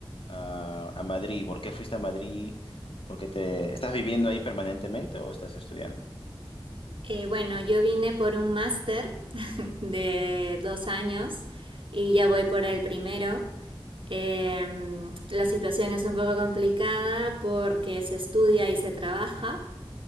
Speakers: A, on the left; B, on the right.
A: a, a Madrid? ¿Por qué fuiste a Madrid? ¿Por qué te estás viviendo ahí permanentemente o estás estudiando?
B: Eh, bueno, yo vine por un máster <laughs> de dos años y ya voy por el primero. Eh, la situación es un poco complicada porque se estudia y se trabaja